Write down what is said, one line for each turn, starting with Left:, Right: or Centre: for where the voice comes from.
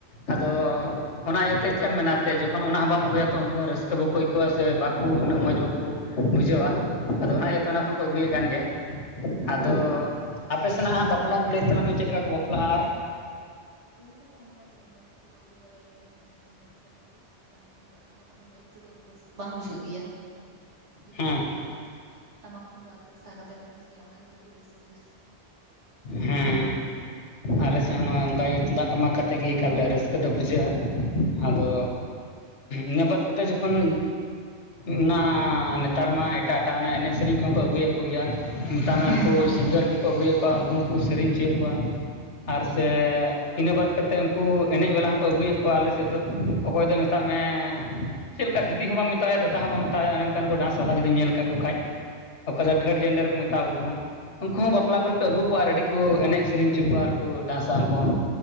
Left: ᱟᱫᱚ
Right: ᱦᱩᱸ
Left: ᱚᱱᱟ ᱤᱭᱟᱹᱛᱮ ᱪᱮᱫ ᱮᱢ ᱢᱮᱱᱟᱛᱮ ᱡᱚᱠᱷᱚᱱ ᱚᱱᱟ ᱦᱚᱸ ᱵᱟᱢ ᱟᱹᱜᱩᱭᱟ ᱛᱚ ᱩᱱᱠᱩ ᱦᱚᱸ ᱨᱟᱹᱥᱠᱟᱹ ᱵᱟᱠᱚ ᱟᱹᱭᱠᱟᱹᱣᱟ ᱥᱮ ᱵᱟᱠᱚ ᱩᱱᱟᱹᱜ ᱢᱚᱡᱽ ᱵᱟᱠᱩ ᱵᱩᱡᱷᱟᱹᱜᱣᱟ᱾ ᱟᱫᱚ ᱚᱱᱟ
Right: ᱦᱩᱸ
Left: ᱤᱭᱟᱹᱛᱮ
Right: ᱦᱳᱭ
Left: ᱚᱱᱟ ᱠᱷᱚᱱ ᱠᱚ ᱟᱹᱜᱩᱭᱮᱫ ᱠᱟᱱ ᱜᱮᱭᱟ᱾ ᱟᱫᱚ ᱟᱯᱮ ᱥᱮᱱᱟᱜ ᱦᱟᱸ ᱵᱟᱯᱞᱟ ᱠᱚ ᱞᱟᱹᱭ ᱛᱟᱞᱟᱝ ᱢᱮ ᱪᱮᱫᱞᱮᱠᱟ ᱠᱚ ᱵᱟᱯᱞᱟᱜᱼᱟ, ᱟᱨ
Right: ᱟᱞᱮ ᱥᱮᱜ ᱦᱚᱸ ᱚᱱᱠᱟ ᱜᱮ ᱢᱟᱹᱭᱤᱠ ᱠᱚᱠᱚ ᱟᱹᱜᱩ ᱵᱟᱲᱟᱭᱟᱠᱚ ᱮᱱᱮᱡᱟᱠᱚ ᱢᱟᱹᱭᱤᱠ ᱛᱮᱦᱚᱸ᱾ ᱴᱩᱫᱟᱜ ᱛᱩᱢᱫᱟᱜ ᱛᱮᱦᱚᱸ ᱟᱫᱚ ᱢᱟᱹᱭᱤᱠ ᱛᱮᱫᱚ ᱩᱱᱟᱹᱜ ᱨᱟᱹᱥᱠᱟᱹ ᱵᱟᱝ ᱵᱩᱡᱷᱟᱹᱜ ᱜᱮᱭᱟ᱾ ᱡᱚᱠᱷᱚᱱ
Left: ᱦᱮᱸ
Right: ᱡᱷᱚᱛᱚ ᱦᱚᱲ ᱴᱟᱢᱟᱠ ᱛᱩᱢᱫᱟᱜ ᱟᱛᱮ ᱥᱟᱦ ᱠᱟᱛᱮᱢ ᱮᱱᱮᱡ ᱜᱮᱭᱟ ᱚᱱᱟᱜᱮᱛᱚ ᱟᱹᱰᱤ ᱨᱟᱹᱥᱠᱟᱹ᱾
Left: ᱦᱮᱸ᱾ ᱟᱞᱮ ᱥᱮᱫ ᱦᱚᱸ ᱱᱚᱸᱜᱼᱚᱭ ᱚᱱᱠᱟᱜᱮ ᱛᱩᱢᱫᱟᱜ ᱴᱟᱢᱟᱠ ᱠᱟᱛᱮ ᱜᱮ ᱮᱠᱟᱞ ᱨᱟᱹᱥᱠᱟᱹ ᱫᱚ ᱵᱩᱡᱷᱟᱹᱜᱼᱟ ᱟᱫᱚ
Right: ᱦᱳᱭ
Left: ᱤᱱᱟᱹ ᱵᱟᱫ ᱠᱟᱛᱮ ᱡᱚᱠᱷᱚᱱ ᱚᱱᱟ ᱱᱮᱛᱟᱨ ᱢᱟ ᱮᱴᱟᱜ ᱮᱴᱟᱜ ᱚᱱᱮ ᱮᱱᱮᱡ ᱥᱮᱨᱮᱧ ᱠᱚᱦᱚᱸ ᱠᱚ ᱟᱹᱜᱩᱭᱮᱫ ᱠᱚ ᱜᱮᱭᱟ, ᱢᱮᱛᱟᱜ ᱢᱮ
Right: ᱦᱩᱸ
Left: ᱩᱝᱠᱩ
Right: ᱦᱩᱸ
Left: ᱥᱤᱝᱜᱟᱨ ᱠᱚᱠᱚ ᱟᱹᱜᱩᱭᱮᱜ ᱠᱟ ᱩᱝᱠᱩ ᱦᱚᱸᱠᱚ ᱥᱮᱨᱮᱧ ᱚᱪᱚᱭᱮᱜ ᱠᱚᱣᱟ ᱟᱨ
Right: ᱦᱳᱭ
Left: ᱥᱮ ᱤᱱᱟᱹ ᱵᱟᱫ ᱠᱟᱛᱮᱜ ᱩᱝᱠᱩ ᱮᱱᱮᱡ ᱵᱟᱞᱟ ᱦᱚᱸᱠᱚ ᱟᱹᱜᱩᱭᱮᱫ ᱠᱚᱣᱟ ᱟᱞᱮ ᱥᱮᱫ ᱫᱚ ᱚᱠᱚᱭ ᱫᱚ ᱢᱮᱛᱟᱜ ᱢᱮ ᱪᱮᱫ ᱞᱮᱠᱟ ᱫᱤᱫᱤ ᱦᱚᱸ ᱵᱟᱢ ᱢᱮᱛᱟᱭᱟ ᱫᱟᱫᱟ ᱦᱚᱸ ᱵᱟᱢ ᱢᱮ ᱛᱟᱭᱟ ᱚᱱᱮ ᱚᱝᱠᱟᱱ ᱠᱚ ᱰᱟᱱᱥ ᱵᱟᱞᱟ ᱡᱩᱫᱤᱢ ᱧᱮᱞ ᱠᱟᱠᱚ ᱠᱷᱟᱡ ᱚᱠᱟ ᱫᱚ ᱛᱷᱟᱨᱰ ᱡᱮᱱᱰᱟᱨ ᱠᱚ ᱢᱮᱛᱟ ᱠᱚ ᱠᱟᱱᱟ
Right: ᱦᱳᱭ
Left: ᱩᱝᱠᱩ ᱦᱚᱸ
Right: ᱦᱳᱭ
Left: ᱵᱟ ᱠᱚᱨᱮ ᱠᱚ ᱟᱹᱜᱩ ᱠᱚᱣᱟ ᱟᱨ ᱟᱹᱰᱤ ᱠᱚ ᱮᱱᱮᱡ ᱥᱮᱨᱮᱧ ᱦᱚᱪᱚ ᱠᱚᱣᱟ ᱟᱨᱠᱚ ᱰᱟᱸᱥᱟ ᱩᱱᱠᱩ ᱦᱚᱸ᱾